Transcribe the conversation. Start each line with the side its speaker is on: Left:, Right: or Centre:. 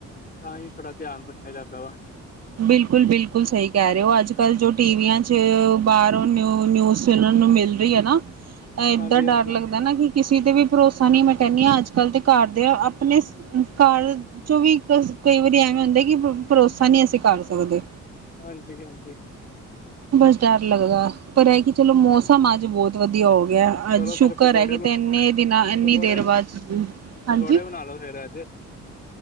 Left: ਤਾਂ ਹੀ ਥੋੜ੍ਹਾ ਧਿਆਨ ਰੱਖਿਆ ਜਾਂਦਾ ਵਾ।
Right: ਬਿਲਕੁਲ-ਬਿਲਕੁਲ ਸਈ ਕਹਿ ਰਹੇ ਹੋ, ਅੱਜ ਕੱਲ ਜੋ ਟੀਵੀਆਂ ਚ ਬਾਹਰੋਂ ਨਿਊ ਨਿਊਜ਼ ਚ ਨੂੰ ਮਿਲ ਰਹੀ ਏ ਨਾ, ਏਦਾਂ
Left: ਹਾਂਜੀ
Right: ਡਰ
Left: ਹਾਂਜੀ
Right: ਲੱਗਦਾ ਨਾ ਕਿ ਕਿਸੇ ਤੇ ਵੀ ਭਰੋਸਾ ਨਈ, ਮੈਂ ਕਹਿੰਣੀ ਆ ਅੱਜ ਕੱਲ੍ਹ ਤੇ ਘਰ ਦੇ ਆਪਣੇ ਘਰ ਚੋਂ ਵੀ ਕਈ ਵਾਰੀ ਐਵੇਂ ਹੁੰਦਾ, ਕਿ ਪ ਭਰੋਸਾ ਨਈ ਅਸੀ ਕਰ ਸਕਦੇ।
Left: ਹਾਂਜੀ-ਹਾਂਜੀ।
Right: ਬਸ ਡਰ ਲੱਗਦਾ, ਪਰ ਐ ਕਿ ਚਲੋ ਮੌਸਮ ਅੱਜ ਬਹੋਤ ਵਧੀਆ ਹੋ ਗਆ, ਅੱਜ
Left: ਚਲੋ
Right: ਸ਼ੁਕਰ
Left: ਫੇਰ ਪਕੌੜੇ
Right: ਏ ਕਿਤੇ ਇੰਨੇ ਦਿਨਾਂ, ਏਨੀ
Left: ਪਕੌੜੇ
Right: ਦੇਰ ਬਾਦ, ਹਾਂਜੀ?
Left: ਪਕੌੜੇ ਬਣਾ ਲੋ ਫੇਰ ਅੱਜ